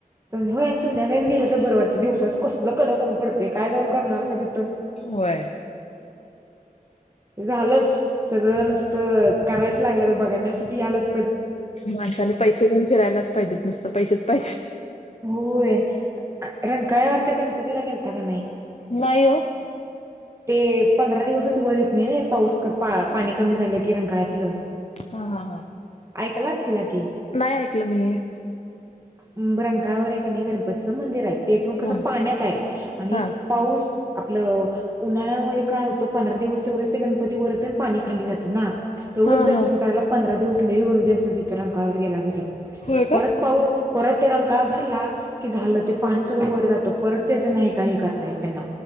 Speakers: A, on the right (about 20°); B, on the left (about 45°).
A: होय संध्याकाळीच गेलं तर बरं वाटतंय दिवसाचं कसलं कडक ऊन पडतय काय जाऊन करणार हायसा असं तिथं
B: होय
A: झालंच सगळं नुसतं करायचं लागले बघण्यासाठी आलंच
B: माणसानी पैसे देेऊन फिरायलाच पाहिजेत नुसत पैसेच पाहिजेत
A: होय रंकाळ्यावरच्या गणपतीला गेलता का नाही
B: नाही
A: ते पंधरा दिवसच वर येत नाही पाऊस पाणी कमी झाल्या कि रकाळ्यातलं
B: हा हा हा.
A: ऐकलाच चिला की
B: नाही ऐकलं मी हे.
A: ह रंकाळ्यावर आहे क नाही गणपतीचं मंदिर आहे ते पण कसं
B: हा
A: पाण्यात आहे आणि
B: हा.
A: पाऊस आपलं उन्हाळ्यामध्ये काय होतं पंधरा दिवस तेवढंच ते गणपती व पण पाणी खाल्ली जातं ना तेवढंच
B: हा
A: दर्शन
B: हा.
A: करायलां पंधरा दिवस लव गरदी अस त इतरांकाळावर गेला तरी
B: होय
A: परत
B: काय?
A: पाऊ परत त्यो रांकाळा भरला की झालं ते पाणी सगळं वर जातं परत त्याचं नाही का हे करता येत त्यांना